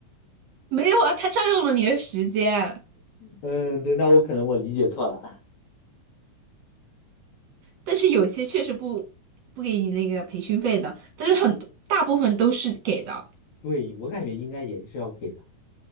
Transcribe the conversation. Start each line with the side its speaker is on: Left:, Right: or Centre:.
Right: 没有啊，他占用了你的时间，
Left: 嗯，对，那我可能我理解错了，
Right: 但是有些确实不不给你那个培训费的，但是很多大部分都是给的。
Left: <laughs> 对，我感觉应该也是要给的，